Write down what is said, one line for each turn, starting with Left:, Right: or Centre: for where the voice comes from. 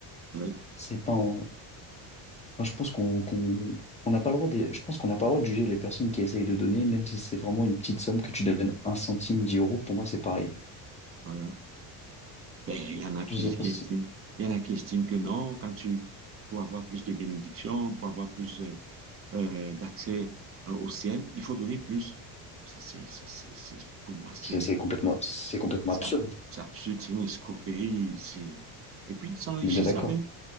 Right: ouais,
Left: C'est pas en- enfin, je pense qu'on qu'on- on n'a pas le droit de, je pense qu'on n'a pas le droit de juger les personnes qui essayent de donner, même si c'est vraiment une petite somme que tu donnes un centime, 10 euros, pour moi, c'est pareil.
Right: voilà. Ben, il y en a qui,
Left: Je sais pas
Right: qui
Left: si-
Right: estiment, il y en a qui estiment que non, quand tu, pour avoir plus de bénédictions, pour avoir plus, euh, euh, d'accès euh, au ciel. Il faut donner plus. Ça, c'est, ça, c'est, c'est- pour moi, c'est
Left: c'est
Right: une-
Left: c'est complètement, c'est complètement
Right: c'est
Left: absurde.
Right: ab- c'est absurde, c'est une escroquerie. c'est- Et puis, ils s'enrichissent
Left: On est bien d'accord.
Right: avec.